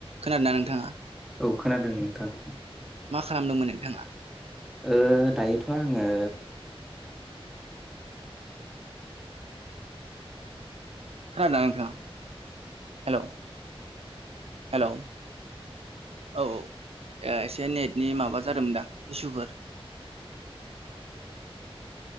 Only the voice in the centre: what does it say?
औ खोनादों नोंथां
ओ दायोथ' आङो